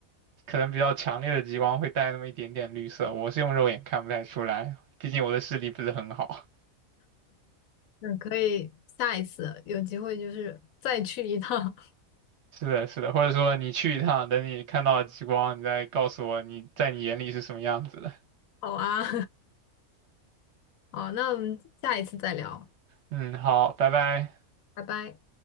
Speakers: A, on the right; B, on the left.
A: 可能比较强烈的极光会带那么一点点绿色，我是用肉眼看不太出来，毕竟我的视力不是很好。
B: 嗯，可以下一次有机会就是再去一趟。
A: 是的，是的，或者说你去一趟，等你看到极光，你再告诉我你在你眼里是什么样子的。
B: <laughs> 好啊，<laughs> 好，那我们下一次再聊，
A: 嗯，好，拜拜。
B: 拜拜。